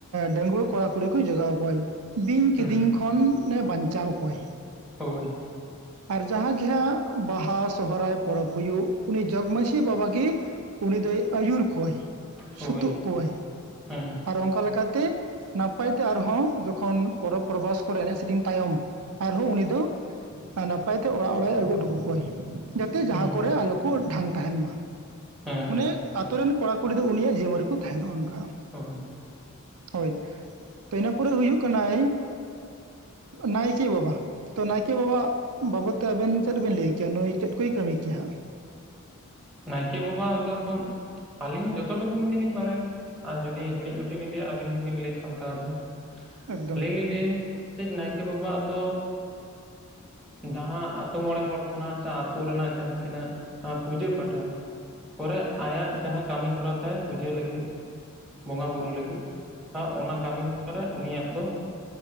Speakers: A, on the right (about 90°); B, in the centre.
A: ᱰᱟᱺᱜᱩᱣᱟᱹ ᱠᱚᱲᱟ ᱠᱩᱲᱤ ᱠᱚ ᱡᱚᱜᱟᱣ ᱠᱚᱣᱟᱭ, ᱵᱤᱧ ᱠᱤᱫᱤᱧ
B: ᱦᱩᱸ
A: ᱠᱷᱚᱱ ᱮ ᱵᱟᱧᱪᱟᱣ ᱠᱚᱣᱟᱭ ᱾
B: ᱦᱚᱭ
A: ᱟᱨ ᱡᱟᱦᱟᱸ ᱜᱮ ᱦᱟᱸᱜ ᱵᱟᱦᱟ ᱥᱚᱦᱨᱟᱭ ᱯᱚᱨᱚᱵᱽ ᱦᱩᱭᱩᱜ, ᱩᱱᱤ ᱡᱚᱜᱽ ᱢᱟᱹᱡᱷᱤ ᱵᱟᱵᱟ ᱜᱤ ᱩᱱᱤ ᱫᱚᱭ ᱟᱹᱭᱩᱨ ᱠᱚᱣᱟᱭ
B: ᱦᱳᱭ
A: ᱥᱩᱛᱩᱜ ᱠᱚᱣᱟᱭ
B: ᱦᱮᱸ
A: ᱟᱨ ᱚᱱᱠᱟ ᱞᱮᱠᱟᱛᱮ ᱛᱮ ᱟᱨᱦᱚᱸ ᱡᱚᱠᱷᱚᱱ, ᱯᱚᱨᱚᱵᱽ ᱯᱚᱨ ᱵᱟᱥ ᱠᱚᱨᱮ, ᱮᱱᱮᱡ ᱥᱮᱨᱮᱧ ᱛᱟᱭᱚᱢ ᱟᱨᱦᱚᱸ ᱩᱱᱤ ᱫᱚ ᱟᱨ ᱱᱟᱯᱟᱭ ᱛᱮ ᱚᱲᱟᱜ ᱚᱲᱟᱜ ᱮ ᱟᱹᱜᱩ ᱚᱴᱚ ᱠᱟ ᱠᱚᱣᱟᱭ ᱾ ᱡᱟᱛᱮ ᱡᱟᱦᱟᱸ
B: ᱦᱩᱸ
A: ᱠᱚᱨᱮ ᱟᱞᱚ ᱠᱚ ᱰᱷᱟᱝ ᱛᱟᱦᱮᱱ ᱢᱟ
B: ᱦᱮᱸ
A: ᱢᱟᱱᱮ ᱟᱹᱛᱩ ᱨᱮᱱ ᱠᱚᱲᱟ ᱠᱩᱲᱤ ᱫᱚ ᱩᱱᱤᱭᱟᱜ ᱡᱤᱢᱢᱟᱹ ᱨᱮᱠᱚ ᱛᱟᱦᱮᱱᱟ ᱚᱱᱠᱟ ᱾
B: <inaudible>
A: ᱦᱚᱭ ᱛᱚ ᱤᱱᱟᱹ ᱯᱚᱨᱮ ᱦᱩᱭᱩᱜ ᱠᱟᱱᱟᱭ, ᱱᱟᱭᱠᱮ ᱵᱟᱵᱟ ᱱᱟᱭᱠᱮ ᱵᱟᱵᱟ ᱵᱟᱵᱚᱫ ᱛᱮ ᱟᱵᱮᱱ ᱪᱮᱫ ᱵᱮᱱ ᱞᱟᱹᱭ ᱠᱮᱭᱟ? ᱱᱩᱭ ᱪᱮᱫ ᱠᱚᱭ ᱠᱟᱹᱢᱤ ᱠᱮᱭᱟ ᱦᱟᱸᱜ
B: ᱱᱟᱭᱠᱮ ᱵᱟᱵᱟ ᱟᱜ ᱫᱚ ᱟᱹᱞᱤᱧ ᱡᱚᱛᱚ ᱴᱩᱠᱩᱱ ᱜᱮ ᱞᱤᱧ ᱵᱟᱲᱟᱭᱟ ᱟᱨ ᱡᱩᱫᱤ ᱦᱤᱲᱤᱡ ᱜᱚᱷᱴᱤᱡ ᱞᱤᱧ ᱞᱟᱹᱭᱟ, ᱟᱹᱵᱤᱱ ᱵᱤᱱ ᱞᱟᱹᱭ ᱥᱟᱢᱴᱟᱣ ᱟᱹᱫᱤᱧ
A: ᱮᱠᱫᱚᱢ
B: ᱟᱹᱞᱤᱧ ᱞᱤᱧ ᱞᱟᱹᱭ ᱪᱮ ᱱᱟᱭᱠᱮ ᱵᱟᱵᱟ ᱟᱫᱚ ᱫᱟᱦᱟᱸᱜ ᱟᱛᱳ ᱢᱚᱬᱮ ᱦᱚᱲ ᱠᱷᱚᱱᱟᱜ ᱥᱮ ᱟᱛᱳ ᱨᱮᱱᱟᱜ ᱡᱟᱦᱟᱸ ᱛᱤᱱᱟᱹᱜ ᱡᱟᱹ ᱯᱟᱴᱷᱟ ᱠᱚᱨᱮ ᱟᱭᱟᱜ ᱡᱟᱸᱦᱟ ᱠᱟᱹᱢᱤ ᱦᱚᱨᱟ ᱛᱟᱭ ᱯᱩᱡᱟᱹ ᱞᱟᱹᱜᱤᱫ ᱾ ᱵᱚᱸᱜᱟ ᱵᱩᱨᱩ ᱞᱟᱹᱜᱤᱫ, ᱚᱱᱟ ᱠᱟᱹᱢᱤ ᱦᱚᱨᱟ ᱨᱮ ᱩᱱᱤᱭᱟᱜ ᱫᱚ